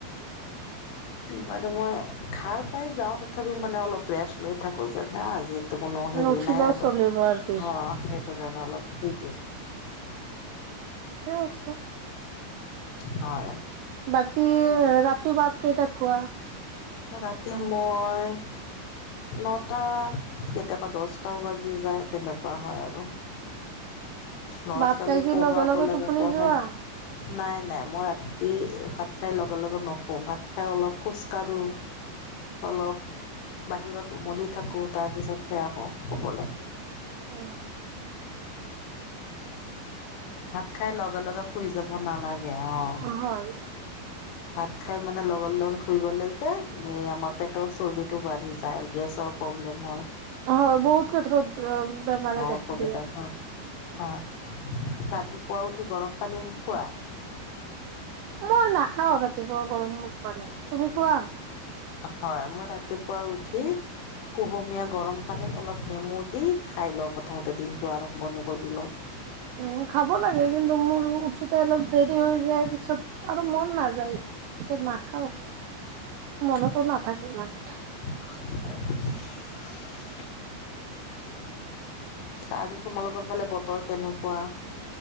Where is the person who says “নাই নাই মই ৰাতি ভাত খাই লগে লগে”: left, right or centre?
Left